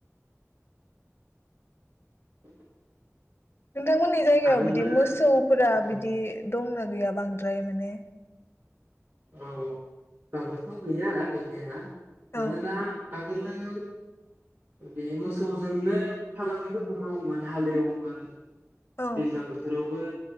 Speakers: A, on the right; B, on the left.
A: <unintelligible>
B: नोंथांमोननि जायगायाव
A: आगोलो
B: बिदि मोसौफोरा
A: औ
B: बिदि दंना गैया बांद्राय माने
A: औ बांद्रायथ' गैया गैनाया मानोना
B: औ
A: आ आगोलाव बे मोसौजोंनो फालांगिफोरखौ मावोमोन हालेवोमोन दैज्लां
B: औ
A: बोथोरावबो